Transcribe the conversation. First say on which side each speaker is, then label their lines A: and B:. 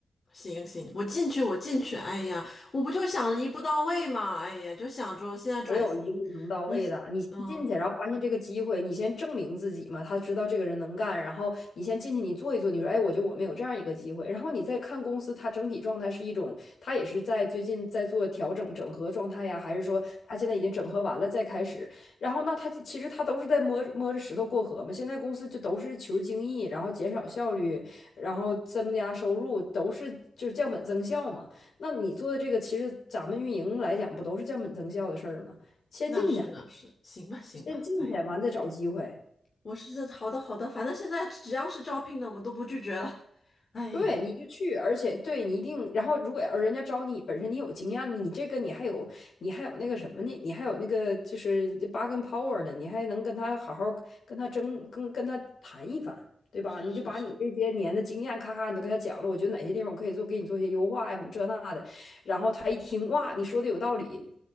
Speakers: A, on the left; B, on the left.
A: 行行，我进去我进去。哎呀，我不就想着一步到位嘛。哎呀，就想着现在转型，
B: 没有一个能到位的。
A: 嗯
B: 你先进去，
A: 嗯，
B: 然后发现这个机会，你先证明自己嘛。他知道这个人能干，然后你先进去，你做一做，你说，哎，我觉得我们有这样一个机会。然后你再看公司，它整体状态是一种，它也是在最近在做调整、整合状态呀，还是说它现在已经整合完了再开始？然后那它其实它都是在摸摸着石头过河嘛。现在公司就都是求精益，然后减少效率，然后增加收入，都是就是降本增效嘛。那你做的这个，其实咱们运营来讲，不都是降本增效的事儿吗？
A: 那是那是，
B: 先进去，
A: 行吧行吧。
B: 先进去，
A: 哎呀
B: 完再找机会。
A: 我是这好的好的，反正现在只要是招聘的，我都不拒绝了。<laughs> 哎呀，
B: 对，你就去，而且对你一定，然后如果而人家招你，本身你有经验，你这个你还有你还有那个什么呢？你还有那个就是八跟 power 呢，你还能跟他好好跟他争，跟跟他谈一番，对吧？
A: 是是是，
B: 你就把你这些年的经验咔咔你都跟他讲了，我觉得哪些地方我可以做，给你做一些优化呀什么这那的，然后他一听哇，你说的有道理，